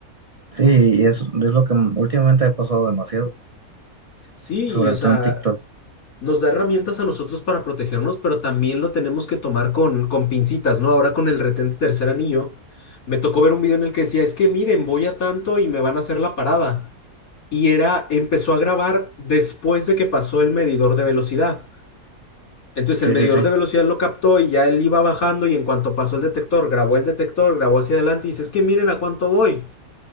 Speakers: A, on the right (about 70°); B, on the left (about 70°).
A: Sí, y es, es lo que últimamente ha pasado demasiado,
B: Sí,
A: sobre
B: y, o sea,
A: todo en TikTok.
B: nos da herramientas a nosotros para protegernos, pero también lo tenemos que tomar con, con pincitas, ¿no? Ahora con el retén de tercer anillo, me tocó ver un video en el que decía, es que miren, voy a tanto y me van a hacer la parada. Y era, empezó a grabar después de que pasó el medidor de velocidad. Entonces
A: Sí,
B: el medidor
A: sí, sí.
B: de velocidad lo captó y ya él iba bajando y en cuanto pasó el detector, grabó el detector, grabó hacia adelante y dice, es que miren a cuánto voy.